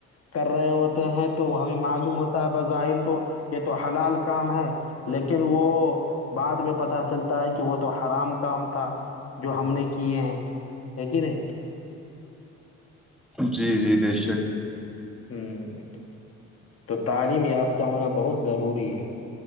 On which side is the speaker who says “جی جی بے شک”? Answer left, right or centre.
Centre